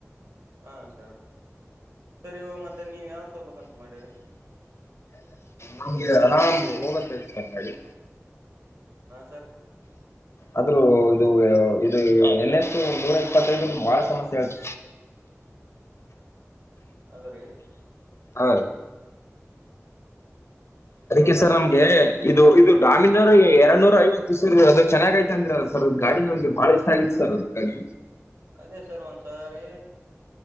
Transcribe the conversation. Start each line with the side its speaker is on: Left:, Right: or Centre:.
Right: ಹ ಸರ್ ಸರಿ ಹ ಮತ್ತೆ ನೀವ್ ಯಾವ ತಗಬೇಕಂತ ಮಾಡ್ಯರಿ
Left: ನಮಗೆಿದ ಆರಾಮ್ ಹೋಗೋದಬೇಕ ನಡಿ
Right: ಹಾ ಸರ್
Left: ಆದ್ರೂ ಇದು ಇದು ಎನ್ನೆತ್ತುು ನೂರ ಇಪ್ಪತ್ತೈದ್ರ ಬಹಳ ಸಮಸ್ಯೆ ಆಳ್ತ
Right: ಅದ್ರ
Left: ಹ ಅದಕ್ಕೆ
Right: ಇವಾಗ
Left: ಸರ್
Right: ಅದು
Left: ನಮ್ಗೆ
Right: ನೋಡಿ
Left: ಇದು ಇದು ಗಾಮೀಿನವರು ಎರಡ್ ನೂರ ಐವತ್ತು ಸರ್ ಅದು ಚೆನ್ನಾಗ ಐತ ಅಂದ್ರರಲ್ಲ ಸರ್ ಗಾಡಿ ನಮಗೆ ಬಾಳ ಇಷ್ಟ ಆಗಿತ್ತು ಸರ್ ಗಾಡಿ
Right: ಅದೇ ಸರ್ ಒಂದ್ಸಾರಿ